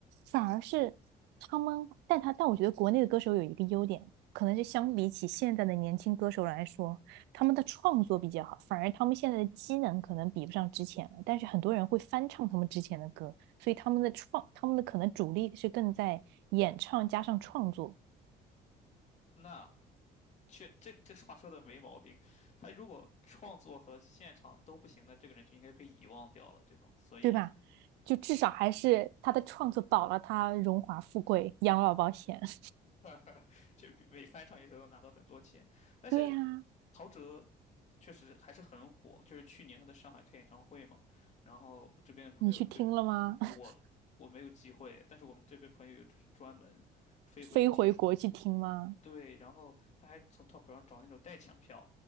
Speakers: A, on the right; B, on the left.
A: 反而是他们，但他但我觉得国内的歌手有一个优点，可能是相比起现在的年轻歌手来说，他们的创作比较好，反而他们现在的机能可能比不上之前了。但是很多人会翻唱他们之前的歌，所以他们的创，他们的可能主力是更在演唱加上创作。
B: 那确这这话说的没毛病，他如果创作和现场都不行，那这个人就应该被遗忘掉了，对吧？所以
A: 对吧？就至少还是他的创作保了他荣华富贵、养老保险。<laughs>
B: <laughs> 就比每翻唱一首都拿到很多钱，但是
A: 对呀、啊
B: 陶喆确实还是很火，就是去年他在上海开演唱会嘛，然后我这边的朋友就
A: 你去听了吗？<laughs>
B: 我我没有机会，但是我们这边朋友有就是专门飞回去听的，
A: 飞回国去听吗？
B: 对，然后他还从淘宝上找那种代抢票，